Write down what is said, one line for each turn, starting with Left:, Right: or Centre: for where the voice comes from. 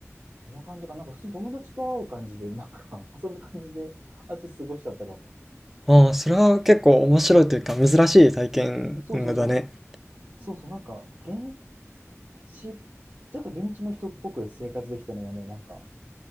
Right: そんな感じかな。なんか普通に友達と会う感じで、なんか <laughs> 遊ぶ感じで、あっち過ごしちゃったかも。
Centre: ああ、それは結構面白いというか珍しい体験だね。
Right: そうそうそう。そうそう、なんか、現地、ちょっと現地の人っぽく生活できたのはね、なんか、